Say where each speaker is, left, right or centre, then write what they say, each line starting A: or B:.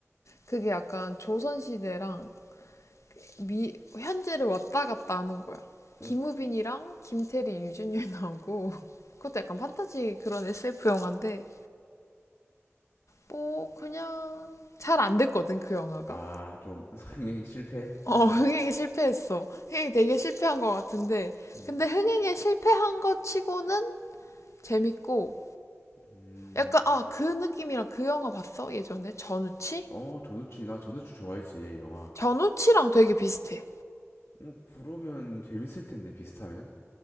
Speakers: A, on the left (about 75°); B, on the left (about 60°).
A: 그게 약간 조선 시대랑 미 현재를 왔다 갔다 하는 거야.
B: 어?
A: 김우빈이랑 김태리, 유준열 나오고 <laughs> 그것도 약간 판타지 그런 SF 영화인데 뭐 그냥 잘 안 됐거든 그 영화가.
B: 음아좀 <laughs> 성행 실패?
A: 어,
B: 살짝?
A: <laughs> 흥행이 실패했어. 흥행이 되게 실패한 것 같은데.
B: 음
A: 근데 흥행에 실패한 것 치고는 재밌고,
B: 음.
A: 약간, 아, 그 느낌이랑 그 영화 봤어? 예전에? 전우치?
B: 어, 전우추, 나 전우추 좋아했지, 영화.
A: 전우치랑 되게 비슷해.
B: 음, 그러면 재밌을 텐데, 비슷하면?